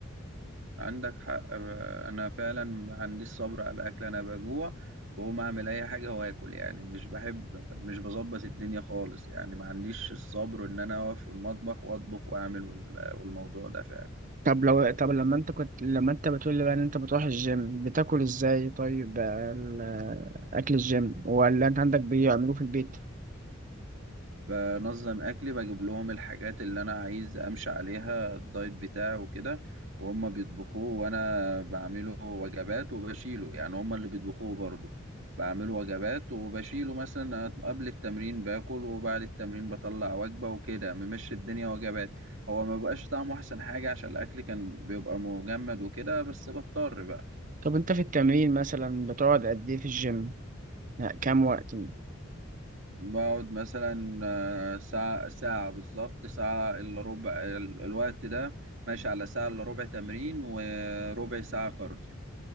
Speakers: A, on the right; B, on the right.
A: عندك حق آه، انا فعلا ما عنديش صبر على الاكل انا بجوع بقوم اعمل اي حاجه واكل يعني مش بحب مش بظبط الدنيا خالص يعني ما عنديش الصبر ان انا اقف في المطبخ واطبخ واعمل وال- والموضوع ده فعلا
B: طب لو طب لما انت كنت لما انت بتقول لي بقى ان انت بتروح الجيم بتاكل ازاي طيب بقى ال- اكل الجيم ولا انت عندك بيعملوه في البيت
A: بنظم اكلي بجيب لهم الحاجات اللي انا عايز امشي عليها الدايت بتاعي وكده وهم بيطبخوه وانا بعمله وجبات وبشيله يعني هم اللي بيطبخوه برضه بعمله وجبات وبشيله مثلا قبل التمرين باكل وبعد التمرين بطلع وجبة وكده ممشي الدنيا وجبات هو ما بقاش طعمه احسن حاجة عشان الاكل كان بيبقى مجمد وكده بس بضطر بقى
B: طب انت في التمرين مثلا بتقعد قد ايه في الجيم لا كام وقت
A: بقعد مثلا آه، ساعة ساعة بالظبط ساعة إلا ربع ال- الوقت ده ماشي على ساعة إلا ربع تمرين وربع ساعة كارديو